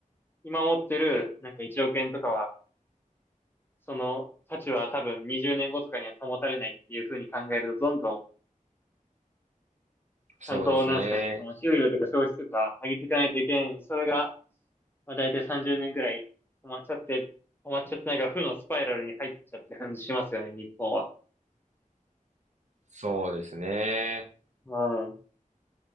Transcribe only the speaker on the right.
そうですね。
そうですね。